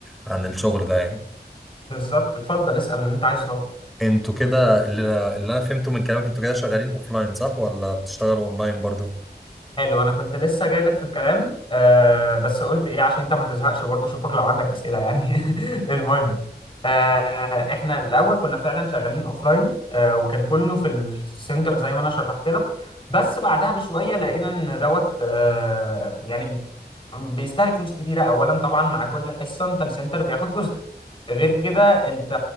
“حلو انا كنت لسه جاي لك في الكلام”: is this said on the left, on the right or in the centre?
Left